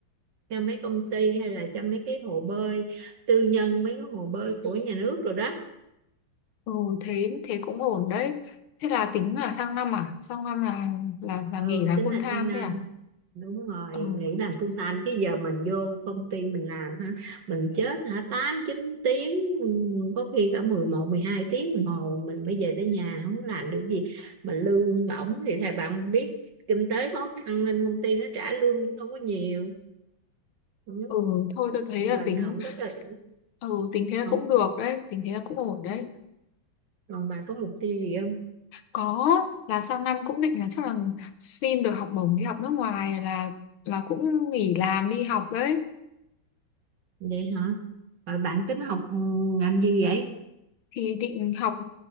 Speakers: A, on the right (about 60°); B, on the left (about 85°).
A: cho mấy công ty hay là cho mấy cái hồ bơi tư nhân mấy cái hồ bơi của nhà nước rồi đó
B: Ừ, thế thế cũng ổn đấy. Thế là tính là sang năm à? Sang năm là là là
A: ừ
B: nghỉ là
A: tính
B: full
A: là
B: time
A: sang năm
B: đấy à?
A: đúng rồi
B: Ừ,
A: nghỉ làm full time chứ giờ mình vô công ty mình làm ha mình chết hả tám chín tiếng ừ, có khi cả mười một mười hai tiếng đồng hồ mình mới về tới nhà không làm được gì mà lương bổng thì thầy bạn biết kinh tế khó khăn nên công ty nó trả lương cũng đâu có nhiều ừ.
B: ừ thôi tôi thấy
A: mình
B: là tính
A: không có thể
B: ừ tính thế là
A: không
B: cũng được đấy, tính thế là cũng ổn đấy.
A: còn bà có mục tiêu gì không
B: có là sang năm cũng định là chắc là xin được học bổng đi học nước ngoài là là cũng nghỉ làm đi học đấy
A: vậy hả rồi bạn tính học ừ, ngành gì vậy
B: thì định học